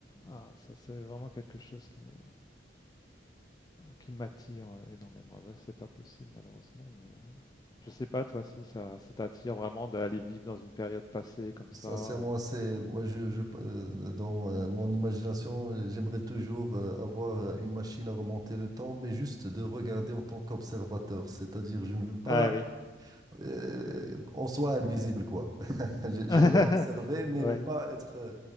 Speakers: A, on the left (about 20°); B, on the right (about 20°).
A: Ah, ça, c'est vraiment quelque chose qui me, qui m'attire euh, énormément. c'est pas possible malheureusement, mais euh, je sais pas toi si ça, ça t'attire vraiment d'aller vivre dans une période passée comme ça.
B: Sincèrement,
A: euh.
B: c'est moi, je, je- euh, dans euh, mon imagination, euh, j'aimerais toujours euh, avoir euh, une machine à remonter le temps, mais juste de regarder en tant qu'observateur. C'est-à-dire, je ne veux pas
A: Ah oui.
B: euh, qu'on soit invisible, quoi. <laughs> J'ai-
A: <laughs>
B: J'aimerais observer, mais
A: Ouais.
B: ne pas être euh,